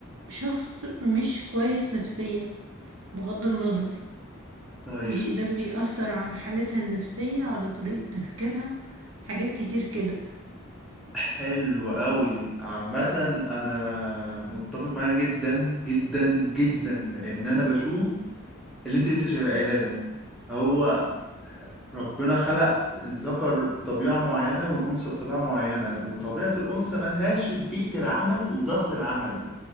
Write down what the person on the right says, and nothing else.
شخص مش كويس نفسيا بغض النظر
مش ده بيأثر على حالتها النفسية على طريقة تفكيرها حاجات كتير كده